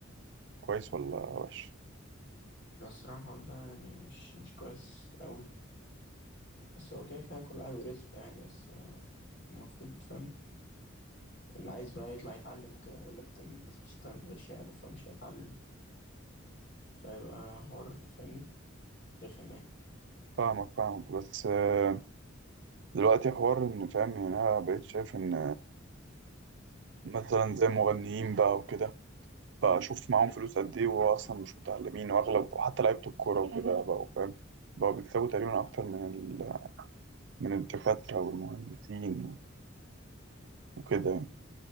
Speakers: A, on the right; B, on the left.
A: كويس ولا وحش؟
B: بس الصراحة الحوار ده يعني مش مش كويس أوي بس هو كده كده كل واحد ورزقه يعني بس آه، المفروض فاهم اللي عايز بقى يطلع يتعلم وكده يقولك ده الناس بتشتغل من غير شهادة فمش هيتعلم فيبقى حوار فاهمني رخم يعني
A: فاهمك فاهمك بس آه، دلوقتي حوار ان فاهم يعني انا بقيت شايف ان مثلا زي المغنيين بقى وكده بقى اشوف معاهم فلوس قد ايه وهو اصلا مش متعلمين واغلب وحتى لعيبه الكوره وكده بقى فاهم بقوا بيكسبوا تقريبا اكتر من ال... من الدكاتره والمهندسين وكده يعني